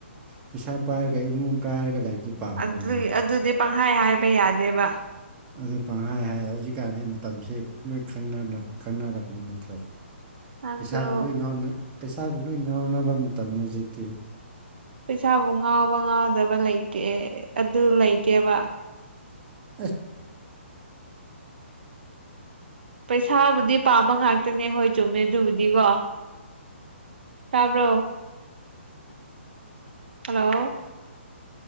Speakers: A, on the right; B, on the right.
A: ꯄꯩꯁꯥ ꯄꯥꯏꯔꯒ ꯏꯃꯨꯡ ꯀꯥꯏꯔꯒ ꯂꯩꯕꯗꯨ ꯄꯥꯝꯕ꯭ꯔꯣ
B: ꯑꯗꯨ
A: ꯅꯪꯕꯨ
B: ꯑꯗꯨꯗꯤ ꯄꯪꯍꯥꯏ ꯍꯥꯏꯕ ꯌꯥꯗꯦꯕ
A: ꯑꯗꯨ ꯄꯪꯍꯥꯏ ꯍꯥꯏ ꯍꯧꯖꯤꯛꯀꯥꯟꯗꯤ ꯃꯇꯝꯁꯦ ꯂꯣꯏ ꯈꯪꯅꯔ ꯈꯪꯅꯔꯕꯅꯤ ꯅꯠꯇ꯭ꯔꯣ
B: ꯑꯗꯣ
A: ꯄꯩꯁꯥꯕꯨ ꯂꯣꯏ ꯉꯥꯎꯅ ꯄꯩꯁꯥꯕꯨ ꯂꯣꯏ ꯉꯥꯎꯅꯕ ꯃꯇꯝꯅꯦ ꯍꯧꯖꯤꯛꯇꯤ
B: ꯄꯩꯁꯥꯕꯨ ꯉꯥꯎꯕ ꯉꯥꯎꯗꯕ ꯂꯩꯇꯦ ꯑꯗꯨ ꯂꯩꯇꯦꯕ
A: <unintelligible>
B: ꯄꯩꯁꯥꯕꯨꯗꯤ ꯄꯥꯝꯕ ꯉꯥꯛꯇꯅꯦ ꯍꯣꯏ ꯆꯨꯝꯃꯦ ꯑꯗꯨꯕꯨꯗꯤꯀꯣ ꯇꯥꯕ꯭ꯔꯣ ꯍꯜꯂꯣ